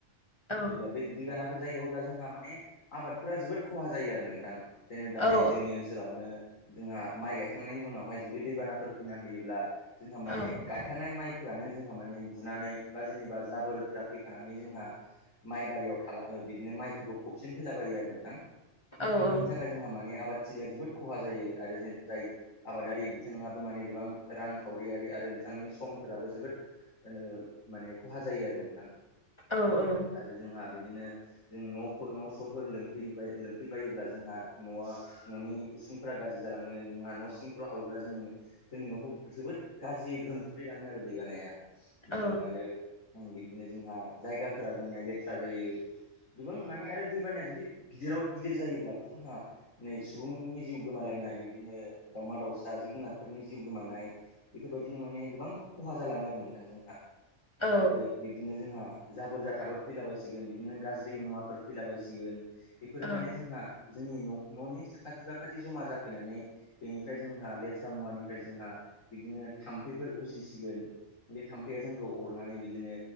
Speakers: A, on the left; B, on the left.
A: औ
B: जेनेबा बे दैबाना जायो अब्ला जोंहा माने आबादफोरााव जोबोद खहा जायो आरो नोंथां जेनेबा नै
A: औ
B: जोंनि ओन ओनसोलावनो जोंहा माइ गायखांनायनि उनावहाय जुदि दैबानाफोर फैना होयोब्ला जोंहा माने
A: औ
B: गायखानाय माइफोरानो जोंहा माने गुनानै बा जेनेबा जाबोरदफोरा फैखानानै जोंहा माइ बारियाव थाला बिदिनो माइफोरखौ फबसिन फैलाबायो आरो नोंथां
A: औ
B: बिनि
A: औ
B: थाखाय जोंहा माने आबादथिलिया जोबोद खहा जायो आरो जों जाय आबादारि बिथाङाबो माने गोबां रांखावरियारि आरो बिथांनि समफोराबो जोबोद <unintelligible> माने खहा जायो आरो नोंथां।
A: औ औ
B: आरो जोंहा बिदिनो जों न' न' स'फोर लोमफै- लोमफैबायोब्ला जोंहा न'आव न'नि उसुं फोरा गाज्रि जालाङो जोंहा न' सिंफोराव हाबोब्ला जोङो जोंनि न'खौ जोबोद गाज्रि गोहोम खोख्लैलाङो आरो दै बानाया
A: औ
B: जोङो आरो बिबदिनो जोंहा जायगाफोरा जोंनिया लेथ्रा जायो। गोबां माने आरो दैबानाया जुदि गिदिराव गिदिर जायोब्लाथ' जोंहा नै सुबुंनि जिउ गोमालायनाय बिदिनो दाउमा दाउसा जिब जुनारफोरनि जिउ गोमानाय बेफोरबायदिनो माने गोबां खहा जालाङो आरो नोंथांजोंहा
A: औ
B: आरो बि बिदिनो जोंहा जाबोर जाथाफोर फैला बसिगोन बिदिनो गाज्रि मुवाफोर फैला बसिगोन। बेफोरो
A: औ
B: माने जोंहा जोंनि न'नि साखाथि बाखाथि जमा जाफैनानै बेनिफ्राय जोंहा लेथ्रा मुवानिफ्राय जोंहा बिदिनो थाम्फैफोर उजिसिगोन बे थाम्फैया जोंखौ अरनानै बिदिनो